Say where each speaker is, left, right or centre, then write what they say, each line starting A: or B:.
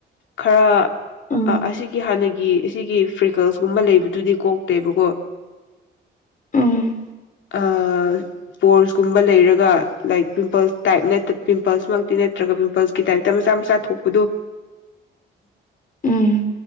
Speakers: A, on the left (about 70°); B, on the left (about 45°).
A: ꯈꯔ
B: ꯎꯝ
A: ꯑ ꯑꯁꯤꯒꯤ ꯍꯥꯟꯅꯒꯤ ꯑꯁꯤꯒꯤ ꯐ꯭ꯔꯤꯀꯜꯁꯀꯨꯝꯕ ꯂꯩꯕꯗꯨꯗꯤ ꯀꯣꯛꯇꯦꯕꯀꯣ
B: ꯎꯝ
A: ꯑꯥ ꯏꯁꯄꯣꯔꯁꯀꯨꯝꯕ ꯂꯩꯔꯒ ꯂꯥꯏꯛ ꯄꯤꯝꯄꯜꯁ ꯇꯥꯏꯞ ꯅꯠꯇ ꯄꯤꯝꯄꯜꯁꯃꯛꯇꯤ ꯅꯠꯇ꯭ꯔꯒ ꯄꯤꯝꯄꯜꯁ ꯒꯤ ꯇꯥꯏꯞꯇ ꯃꯆꯥ ꯃꯆꯥ ꯊꯣꯛꯄꯗꯣ
B: ꯎꯝ